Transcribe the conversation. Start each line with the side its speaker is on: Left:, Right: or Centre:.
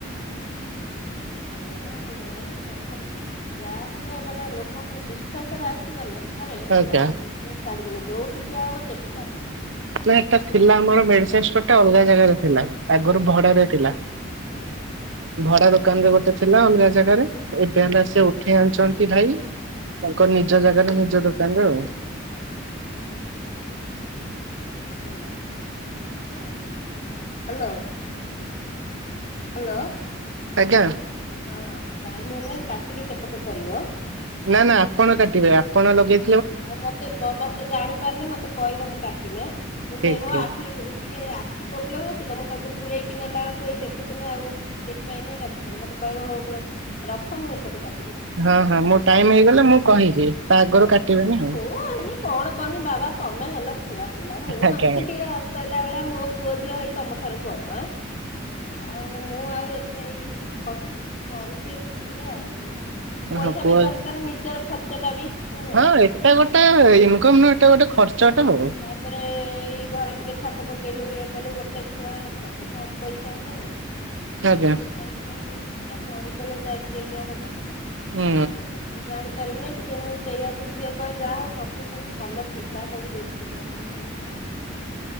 Left: ସେଏୟା ବା ମେନ୍ ପ୍ରଥମ ଯା ହେଲେ ମାନେ ଲୋକଙ୍କର ବିଶ୍ଵାସ ରେ ଆସିଗଲେି ଥରେ ସେ
Right: ଆଜ୍ଞା
Left: ଆଉ କେବେ ଛାଡିବେନି ଯୋଉଠି ଠିଆ ହବ ସେଠି ଚାଲିବ
Right: ନା ଏଟା ଥିଲା ଆମର ମେଡିସିନ ଷ୍ଟୋର ଟା ଅଲଗା ଜାଗାରେ ଥିଲା। ଆଗରୁ ଭଡା
Left: ହଁ
Right: ରେ ଥିଲା
Left: ହଁ
Right: ଭଡା ଦୋକାନରେ ଗୋଟେ ଥିଲା ଅଲଗା ଜାଗାରେ ଏବେ ହେଲା ସେ ଉଠେଇ ଆଣିଛନ୍ତି ଭାଇ ତାଙ୍କ ନିଜ ଜାଗାରେ ନି ଜ ଦୋକାନରେ ଆଉ
Left: ହଲୋ ହଁ ହ୍ୟାଲୋ। ହ୍ୟାଲୋ।
Right: ଆଜ୍ଞା।
Left: ହଁ ଟାଇମ ହେନେ କାଟିକି ସେପଟୁ କରିବ
Right: ନା ନା ଆପଣ କାଟିବେ ଆପଣ ଲଗେଇ
Left: ଆଉ ମତେ ମତେ ଜାଣିପାରନି ମତେ କହିବ ମୁଁ କାଟିମି ଆ ମୁଁ
Right: ଠିକ
Left: ସେଇ ମୋ
Right: ଠିକ
Left: ଆଖି ଟିକେ ଆଖି ପ୍ରବ୍ଲେମ୍ ଅ ତ ମୁଁ ତାକୁ ଦୂରେଇକି ନେଲା ବେଳୁ କୁ ଏଇ ଦେଖୁଥିଲି ଆଉ ଦେଖିି ପାଇନି ରଖିଦେଲି। ମୋତେ କହିବ ହଉ ରଖ୍ ରଖ ମୁଁ ଏପଟେ କା
Right: ହଁ ହଁ ମୋ ଟାଇମ ହେଇଗଲା ମୁଁ କହିବି ତା ଆଗରୁ
Left: ହଁ।
Right: କାଟିବେନି ଆଉ
Left: ମୁଁ କଣ କନି ବାବା ତମେ ହେଲ ଛୁଆ ପିଲା ମୁଁ
Right: ଆଜ୍ଞା
Left: ଆସିକି କହିଲା ଭଳିଆ ମୋ ପୁଅଝୀଅ ହେଇ ତମର ଠାରୁ ବଡ଼ ଏଁ ଆଉ ମୁଁ ଆଉ ଏତେ ଗୋଟେ ଏଇ ଖସି କରୁଚି ଖୁସିରେ ଆଉ
Right: ଆଜ୍ଞା
Left: ପଇସା
Right: ହଁ ପୁଅ
Left: ବି ଦରକାର ନିଜର ଖର୍ଚ୍ଚ ଟା ବି ଜାଣିଲ
Right: ହଁ
Left: ନା ଯେ
Right: ଏଟା ଗୋଟେ ଇନ୍ କମ ନୁହେଁ ଏଟା ଗୋଟେ ଖର୍ଚ୍ଚଟା ଆଉ
Left: ତାପରେ ଏଇ ଘର ଟିକେ ପକେଇଲୁ ଇଏ କଲୁ ଗୋଟେ ଛୁଆ ଆଙ୍କର ବି କମ ପଇସା ଜାଣିଲ ନା।
Right: ଆଜ୍ଞା
Left: ସେଇଥିପାଇଁ ମୁଁ କହିଲି ଦେଖ କିଛିଟା କରିଦେଲେ ଯାଇ ଟିକେ ଇଏ ହବ।
Right: ହୁଁ
Left: ଆଉ ମୁଁ ଜାଣିପାରିବି ନା ଟିକେ ମୁଁ ସେଇଆକୁ ଝିଅ କହେ ଯାହା ହଉ ତୋତେ ସବୁ ଭଲ ପିଲା ସବୁ ଯୁଟୁଛନ୍ତୀ। ବୁଝି ପାଇଲା ହ